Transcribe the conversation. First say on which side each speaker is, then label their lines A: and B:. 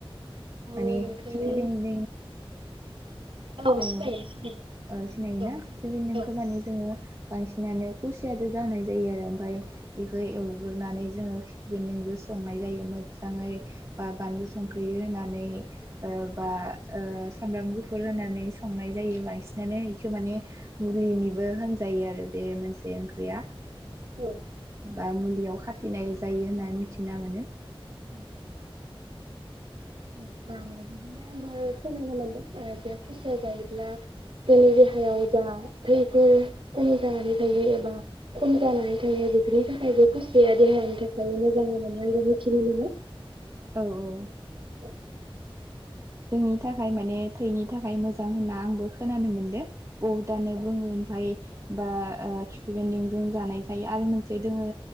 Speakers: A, on the right; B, on the right.
A: माने
B: औ नोंथांनि
A: खिफि बेन्दों।
B: औ
A: अ
B: सिनायो सिनायो
A: ओ सिनायोना
B: औ
A: खिफि बेन्दोंखौ
B: औ
A: माने जोङो बांसिनानो खुसिजों जानाय जायो आरो ओमफ्राय बेखौ एवग्रोनानै जोङो खिफि बेन्दोंजों संनाय जायो मोजाङै बा बानलु संख्रि होनानै ओ बा ओ सामब्राम गुफुर होनानै माने संनाय जायो बांसिनानो इखौ माने मुलिनिबो होनजायो आरो बे मोनसे ओंख्रैया।
B: औ औ
A: बा मुलियाव खाथ थिनाय जायो होननानै मिथिना मोनो।
B: उम ओम बा बिदिनो आंबो खोनानो मोनदों ओ बे खुसिया जायोब्ला जोंनि देहायाव जा थैफोर खमि जानानै थायो एबा खम जानानै थायो बेफोरनि थाखायबो खुसिया देहानि थाखाय मोजां होननानै आंबो मिथिनो मोनो।
A: औ औ
B: औ
A: जोंनि थाखाय माने थैनि थाखाय मोजां होनना आंबो खोनानो मोनदों। बुहुदआनो बुङो ओमफाय बा ओ खिफि बेन्दोंजों जानाय जायो आरो मोनसे दोङो